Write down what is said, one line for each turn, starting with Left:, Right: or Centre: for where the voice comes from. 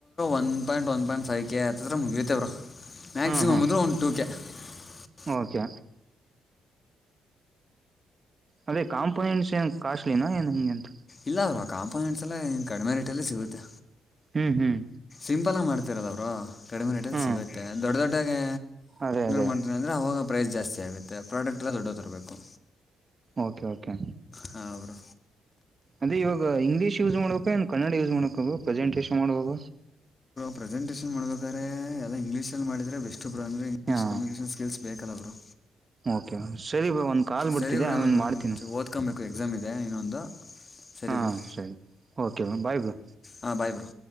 Left: one point one point five K ಆತ್ತ ಹತ್ರ ಮುಗಿಯತೆೇವರು ಮ್ಯಾಕ್ಸಿಮಮ್
Right: ಹಾ ಹಾ
Left: ಅಂದೂ ಒಂದು ಟೂ ಕೆ <unintelligible>
Right: ಓಕೆ ಅದೇ ಕಾಂಪೊನೆಂಟ್ಸ್ ಏನ್ ಕಾಸ್ಟ್ಲಿನ ಏನ್ ಹಂಗೆ ಅಂತ
Left: ಇಲ್ಲ ಅವರು ಆ ಕಾಂಪೋನೆಂಟ್ಸ ಎಲ್ಲನು ಕಡಿಮೆ ರೇಟಲ್ಲೆ ಸಿಗುತ್ತೆ
Right: ಹ್ಮ್ ಹ್ಮ್
Left: ಸಿಂಪಲ್ಲಾಗಿ ಮಾಡ್ತಿರೋಲ್ಲ ಬ್ರೋ ಕಡಿಮೆ ರೇಟಲ್ಲಿ
Right: ಹ್ಮ್
Left: ಸಿಗುತ್ತೆ ದೊಡ್ಡ ದೊಡ್ಡಾಗೆ
Right: ಅದೇ ಅದೇ
Left: ಮಾಡ್ತಿನೀ ಅಂದ್ರೆ ಅವಾಗ ಪ್ರೈಸ್ ಜಾಸ್ತಿ ಆಗುತ್ತೆ ಪ್ರಾಡಕ್ಟ್ ಎಲ್ಲ ದೊಡ್ಡದು ತರಬೇಕು
Right: ಓಕೆ ಓಕೆ
Left: ಹಾಂ ಬ್ರೋ
Right: ಅದೇ ಈವಾಗ ಇಂಗ್ಲೀಷ್ ಯೂಸ್ ಮಾಡ್ಬೇಕ ಏನ್ ಕನ್ನಡ ಯೂಸ್ ಮಾಡಬೇಕಾ ಬ್ರೋ ಪ್ರೆಸೆಂಟೇಶಷನ್ ಮಾಡುವಾಗ
Left: ಪ್ರೆಸೆಂಟೆಷನ್ ಮಾಡ್ಬೇಕಾದ್ರ ಎಲ್ಲ ಇಂಗ್ಲೀಷ್ ಅಲ್ಲಿ ಮಾಡಿದ್ರೆ ಬೆಸ್ಟ್ ಬ್ರೊ ಅಂದ್ರೆ ಇಂಗ್ಲಿಷ್
Right: ಹಾ
Left: ಕಮ್ಯುನಿಕೇಶನ್ ಸ್ಕಿಲ್ಸ್ ಬೇಕಲ್ಲ ಬ್ರೋ
Right: ಓಕೆ ಸರಿ ಬ್ರೋ ಒಂದು ಕಾಲ್
Left: ಸರಿ
Right: ಬರ್ತಿದೆ
Left: ಬ್ರೋ
Right: ಆಮೇಲೆ
Left: ನಾನು
Right: ಮಾಡ್ತೀನಿ
Left: ಓದ್ಕೊಬೇಕು ಎಕ್ಸಾಮ್ ಇದೆ ಇನ್ನೊಂದು ಸರಿ
Right: ಹಾ
Left: ಬ್ರೋ
Right: ಸರಿ ಓಕೆ ಬ್ರೋ ಬಾಯ್ ಬ್ರೋ
Left: ಹಾಂ ಬಾಯ್ ಬ್ರೋ